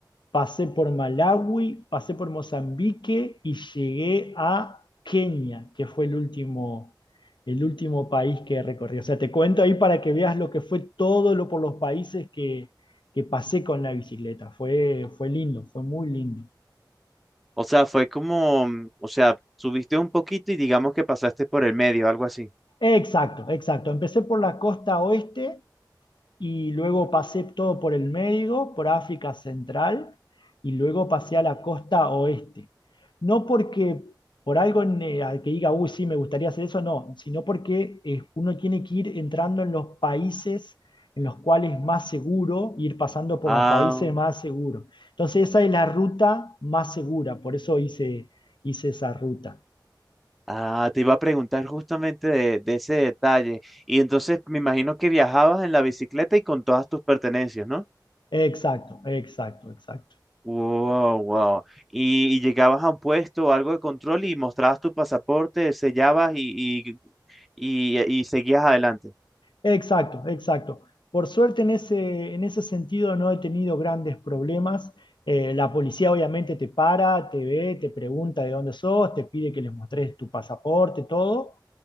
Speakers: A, on the left (about 80°); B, in the centre.
A: pasé por Malawi, pasé por Mozambique y llegué a Kenia, que fue el último, el último país que recorrí. O sea, te cuento ahí para que veas lo que fue todo lo por los países que, que pasé con la bicicleta. Fue, fue lindo, fue muy lindo.
B: O sea, fue como, mm, o sea, subiste un poquito y digamos que pasaste por el medio, algo así.
A: Exacto, exacto. Empecé por la costa oeste y luego pasé todo por el Médico, por África Central y luego pasé a la costa oeste. No porque por algo en, eh, al que diga, uy, sí, me gustaría hacer eso, no, sino porque eh, uno tiene que ir entrando en los países en los cuales es más seguro, ir pasando por
B: Ah.
A: los países más seguros. Entonces esa es la ruta más segura, por eso hice, hice esa ruta.
B: Ah, te iba a preguntar justamente de, de ese detalle. Y entonces me imagino que viajabas en la bicicleta y con todas tus pertenencias, ¿no?
A: Exacto, exacto, exacto.
B: Wow, wow. Y, y llegabas a un puesto o algo de control y mostrabas tu pasaporte, sellabas y, y, y- y seguías adelante.
A: Exacto, exacto. Por suerte en ese, en ese sentido no he tenido grandes problemas. Eh, la policía obviamente te para, te ve, te pregunta de dónde sos, te pide que les mostres tu pasaporte, todo,